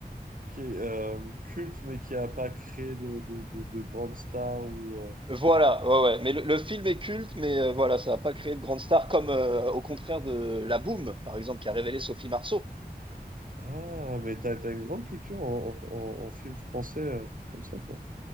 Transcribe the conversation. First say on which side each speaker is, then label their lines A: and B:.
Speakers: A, on the right; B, on the right.
A: qui est euh, culte, mais qui a pas créé de, de, de, de grandes stars ou. euh,
B: Voilà, ouais, ouais. Mais le, le film est culte, mais euh, voilà, ça n'a pas créé de grande star, comme euh, au contraire de La Boum, par exemple, qui a révélé Sophie Marceau.
A: Ah, mais t'as, t'as une grande culture en, en, en- en film français euh, comme ça, toi.